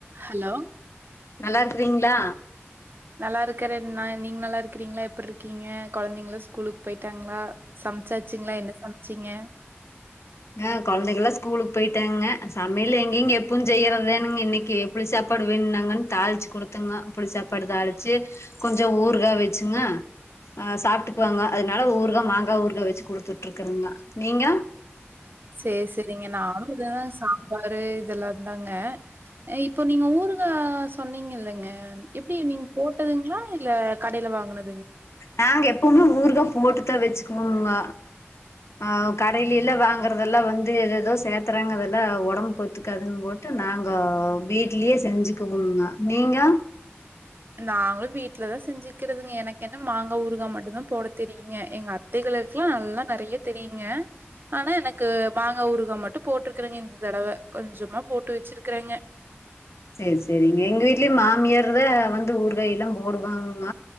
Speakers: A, on the right; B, on the left.
A: Hello
B: நல்லா இருக்கறீங்களா
A: நல்லா இருக்கறேன் ந நீங்க நல்லா இருக்கிறீங்களா எப்படி இருக்கீங்க குழந்தைங்களாம் ஸ்கூலுக்கு போயிட்டாங்களா சமைச்சாச்சுங்களா என்ன சமைச்சீங்க
B: ஆஹ் குழந்தைகளுக்கெல்லாம் ஸ்கூலுக்கு போயிட்டாங்க சமையல்ல எங்கங்க எப்ப செய்யறதுன்னு தான் இன்னைக்கு புளி சாப்பாடு வேணுனாங்கன்னு தாளிச்சு குடுத்துங்க புளி சாப்பாடு தாளிச்சு கொஞ்சம் ஊருகா வச்சுங்க ஆஹ் சாப்பிட்டுக்குவாங்க அதனால ஊருகா மாங்காய் ஊருகா வச்சு குடுத்துட்டு இருக்கேங்க நீங்க
A: சேரி சேரிங்க நானும் இதான் சாம்பாரு இதெல்லாம்தாங்க இப்போ நீங்க ஊர் ஊர்கா சொன்னீங்க இல்லைங்க எப்படி நீங்க போட்டதுங்களா இல்ல கடையில வாங்கினது
B: நாங்க எப்பவுமே ஊருக போட்டுத வச்சு போனுங்க ஆஹ் கடையிலல்ல வாங்கறதெல்லாம் வந்து ஏததோ சேத்துறாங்க உடம்பு கொத்துக்காதுன்னு போட்டு நாங்க வீட்லயே செஞ்சுக்குவோங்க நீங்க
A: நாங்களும் வீட்டுலதான் செஞ்சுக்கிறதுங்க எனக்கு என்ன மாங்காய் ஊருகா மட்டும் தான் போட தெரியுங்க எங்க அத்தைைகளுக்குல்லாம் நல்லாம் நிறைய தெரியுங்க ஆனா எனக்கு மாங்காய் ஊருகா மட்டும் போட்டிருக்கறேங்க இந்த தடவை கொஞ்சமா போட்டு வச்சிருக்கறேங்க
B: சேரி சேரிங்க எங்க வீட்லயே மாமியார்த வந்து ஊரு காய் எல்லாம் போடுவாங்க